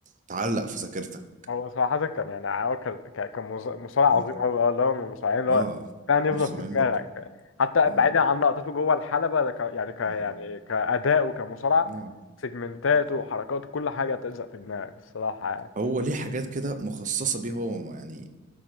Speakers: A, on the right (about 40°); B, on the left (about 70°).
A: تعلق في ذاكرتك
B: هو صراحة كان يعني هو كان كان كان مص- مصارع
A: اه
B: عظيم أوي أه اللي هو من المصارعين اللي
A: آه،
B: هو كان يفضل
A: مش صانعين
B: في دماغك
A: برضه
B: حتى
A: اه
B: بعيدا عن لقطاته جوه الحلبة ده ك- يعني ك يعني
A: آه.
B: كأداء وكمصارع
A: آه.
B: سيجمنتاته
A: آه.
B: وحركاته كل حاجة تلزق في دماغك الصراحة يعني
A: هو ليه حاجات كده مخصصة بيه هو يعني